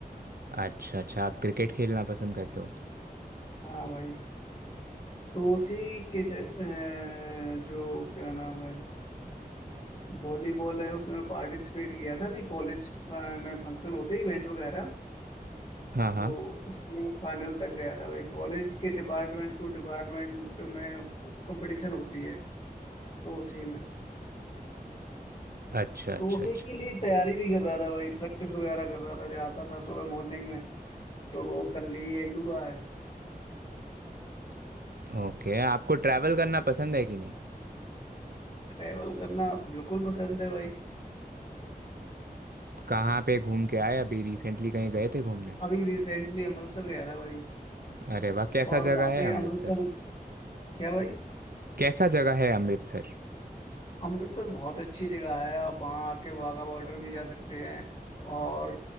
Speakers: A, on the right; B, on the left.
A: अच्छा अच्छा आप क्रिकेट खेलना पसंद करते हो
B: हाँ भाई तो उसी के च, अ, जो क्या नाम है वॉलीबॉल है उसमें पार्टिसिपेट किया था भी कॉलेज में फंक्शन होते इवेंट वगैरह
A: हाँ हाँ
B: तो उसमें फाइनल तक गया था भाई कॉलेज के डिपार्टमेंट टू डिपार्टमेंट में कंपटीशन होती है तो उसी में
A: अच्छा
B: तो
A: अच्छा
B: उसी
A: अच्छा
B: के लिए तैयारी भी कर रहा था भाई प्रैक्टिस वगैरह कर रहा था जाता था सुबह मॉर्निंग में तो वो कल ही एंड हुआ है
A: ओके आपको ट्रैवल करना पसंद है कि नहीं
B: ट्रैवल करना बिल्कुल पसंद है भाई
A: कहाँ पे घूम के आए अभी रिसेंटली कहीं गए थे घूमने
B: अभी रिसेंटली अमृतसर गया था भाई
A: अरे वाह कैसा
B: और
A: जगह
B: वहाँ पे
A: है अमृतसर
B: अमृतसर क्या भाई
A: कैसा जगह है अमृतसर
B: अमृतसर बहुत अच्छी जगह है आप वहाँ आके वाघा बॉर्डर भी जा सकते हैं और